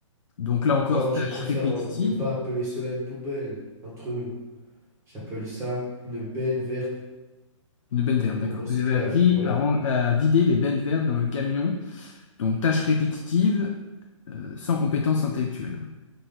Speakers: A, on the left; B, on the right.
A: Donc là encore,
B: Alors,
A: tâche
B: je préfère
A: répétitive.
B: euh, ne pas appeler cela une poubelle, entre nous. J'appelle ça une benne verte
A: Une benne verte,
B: pour
A: d'accord.
B: le recyclage,
A: Vous avez appris
B: voilà.
A: à, ren- à vider les bennes vertes dans le camion. Donc tâche répétitive, euh, sans compétence intellectuelle.